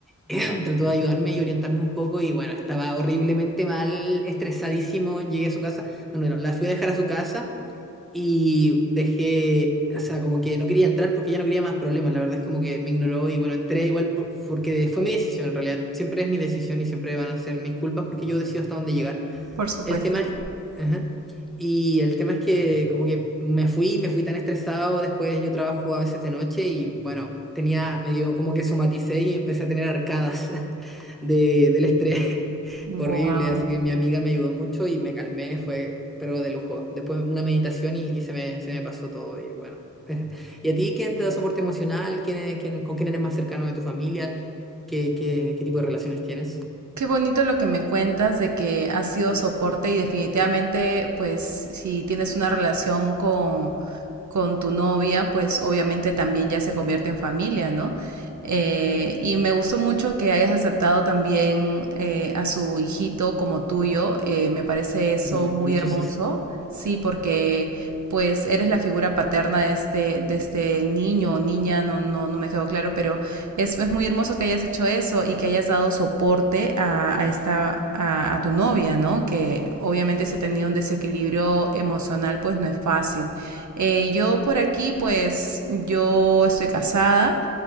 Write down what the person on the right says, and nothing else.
Por supuesto.
Wow.
Qué bonito lo que me cuentas de que has sido soporte y definitivamente, pues, si tienes una relación con, con tu novia, pues obviamente también ya se convierte en familia, ¿no? Eh, y me gustó mucho que hayas aceptado también eh, a su hijito como tuyo. eh, me parece eso
muy
hermoso,
sí, porque pues eres la figura paterna de este, de este niño o niña, no, no, no me quedó claro, pero es, es, muy hermoso que hayas hecho eso y que hayas dado soporte a, a esta, a, a, tu novia, ¿no? Que obviamente si ha tenido un desequilibrio emocional, pues no es fácil. Eh, yo por aquí, pues yo estoy casada.